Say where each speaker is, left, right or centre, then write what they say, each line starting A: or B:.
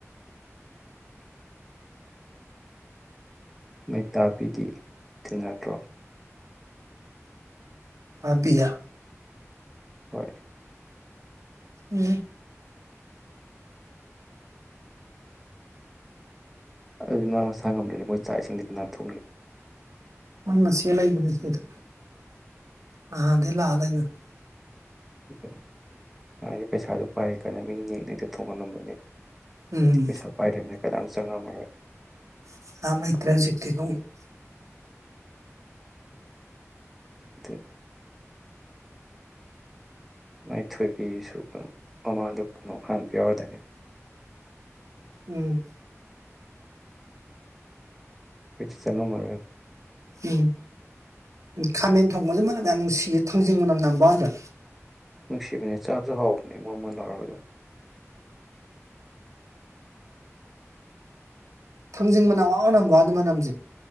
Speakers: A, in the centre; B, on the right.
A: ꯃꯩꯇꯥꯥ ꯕꯤꯗꯤ ꯊꯦꯡꯅꯗ꯭ꯔꯣ
B: ꯥꯕꯤꯌꯥ
A: ꯍꯣꯏ
B: ꯎꯝ
A: ꯑꯗꯨꯗꯤ ꯃꯥ ꯃꯁꯥ ꯉꯝꯗ꯭ꯔꯗꯤ ꯃꯣꯏ ꯆꯥꯛ ꯏꯁꯤꯡꯗꯤ ꯀꯅꯥ ꯊꯣꯡꯏ
B: ꯃꯣꯏ ꯃꯆꯦ ꯂꯩꯕꯅꯦ ꯁꯤꯗ ꯅꯥꯍꯥꯟꯗꯩ ꯂꯥꯛꯑ ꯂꯩꯕꯅꯤ
A: ꯑꯗꯨ ꯃꯥꯗꯤ ꯄꯩꯁꯥꯗꯣ ꯄꯥꯏꯔꯤ ꯀꯥꯟꯅ ꯃꯤ ꯅꯦꯛꯅꯦꯛꯇ ꯊꯣꯡꯍꯜꯂꯝꯕꯅꯦ
B: ꯎꯝ
A: ꯄꯩꯁꯥ ꯄꯥꯏꯗꯃꯤꯅ ꯀꯗꯥꯝ ꯆꯪꯉꯝꯃꯔꯣꯏ
B: <inaudible>
A: ꯑꯗꯨꯅꯤ ꯃꯥꯏꯊꯣꯏꯕꯤꯁꯨ ꯀꯣ ꯃꯃꯥꯡꯗ ꯀꯅꯣ ꯍꯥꯟꯕ ꯌꯥꯎꯔꯗꯅꯤ
B: ꯎꯝ
A: ꯑꯩꯗꯤ ꯆꯪꯉꯝ ꯃꯥꯔꯦ
B: ꯎꯝ ꯎꯝ ꯈꯥꯃꯦꯟ ꯊꯣꯡꯕꯁꯦ ꯃꯅꯝ ꯌꯥꯝ ꯅꯨꯡꯁꯤꯌꯦ ꯊꯥꯡꯖꯤꯡ ꯃꯅꯝ ꯅꯝꯕꯅꯤꯗ
A: ꯅꯨꯡꯁꯤꯕꯅꯦ ꯆꯥꯕꯁꯨ ꯍꯥꯎꯕ ꯑ ꯃꯣꯟꯃꯣꯟ ꯂꯥꯎꯔꯒ
B: ꯊꯥꯡꯖꯟ ꯃꯅꯝ ꯋꯥ ꯅꯝ ꯋꯥ ꯑꯗꯨ ꯃꯅꯝꯁꯦ